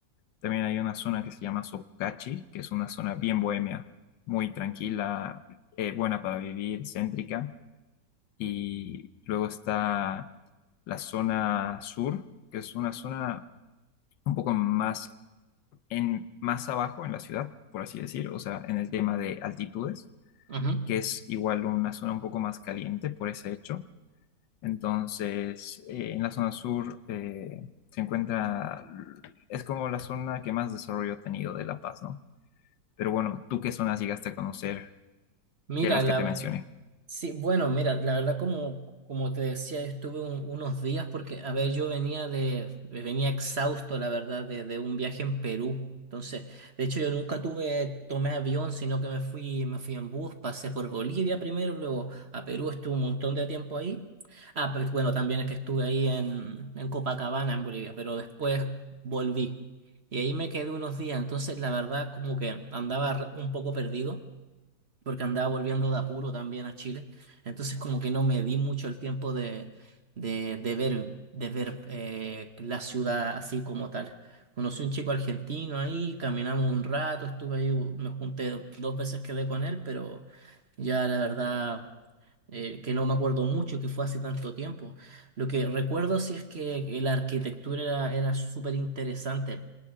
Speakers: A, on the left (about 85°); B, on the right (about 40°).
A: También hay una zona que se llama Sokachi, que es una zona bien bohemia, muy tranquila, eh, buena para vivir, céntrica. Y luego está la zona sur, que es una zona un poco más, en, más abajo en la ciudad, por así decir, o sea, en el tema de altitudes,
B: ujú.
A: que es igual una zona un poco más caliente por ese hecho. Entonces, eh, en la zona sur eh, se encuentra, es como la zona que más desarrollo ha tenido de La Paz, ¿no? Pero bueno, ¿tú qué zonas llegaste a conocer
B: Mira,
A: de las
B: la...
A: que te mencioné?
B: Sí, bueno, mira, la verdad como, como te decía, yo estuve un- unos días porque, a ver, yo venía de, venía exhausto, la verdad, de, de un viaje en Perú. Entonces, de hecho, yo nunca tuve, tomé avión, sino que me fui, me fui en bus, pasé por Bolivia primero, luego a Perú, estuve un montón de tiempo ahí. Ah, pero bueno, también es que estuve ahí en, en Copacabana, en Bolivia, pero después volví. Y ahí me quedé unos días, entonces la verdad como que andaba re- un poco perdido porque andaba volviendo de apuro también a Chile. Entonces como que no me di mucho el tiempo de, de, de ver, de ver eh, la ciudad así como tal. Conocí un chico argentino ahí, caminamos un rato, estuve ahí, me junté dos veces, quedé con él, pero ya la verdad eh, que no me acuerdo mucho, que fue hace tanto tiempo. Lo que recuerdo sí es que que la arquitectura era, era súper interesante.